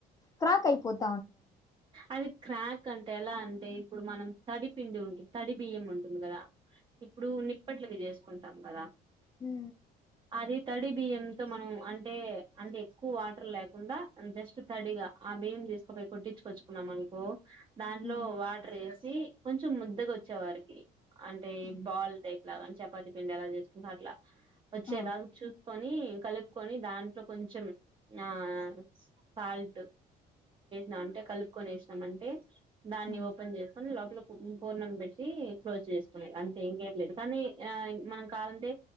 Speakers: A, on the left (about 20°); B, on the right (about 30°).
A: క్రాక్ అయిపోతుంది
B: అది క్రాక్ అంటే ఎలా అంటే ఇప్పుడు మనం తడి పిండి ఉన్ తడి బియ్యం ఉంటుంది కదా ఇప్పుడు నిప్పట్లకి చేస్. కుంటాం కదా.
A: మ్
B: అది తడి బియ్యంతో మనం అంటే అంటే ఏక్కో వాటర్ లేకుండా అండ్ జస్ట్ తడిగా ఆ బియ్యం తీస్కా పోయి కొట్టిచూకచుకున్నాం అనుకో దాంట్లో
A: ఉమ్
B: వాటర్ వేసి ది కొంచెం ముద్దగా వచ్చే వారికి అంటే
A: ఉమ్.
B: బాల్ టైప్ అలాగాని చపాతి పిండి ఎలా చేసుకుంటా అట్లా వచ్చేలాగ
A: ఆ
B: చూ కొని కలుపుకొని దాంట్లో కొంచెం ఆ సాల్ట్ నా అంటే కలుపు కొనేసి నమంటే దాన్ని
A: ఉమ్.
B: ఓపెన్ చేసుకొని లోపల ఓ పూర్ణం పెట్టి క్లోజ్ చేసుకునేది అంటే ఇంకం లేదు కానీ ఆ మనం కావాలంటే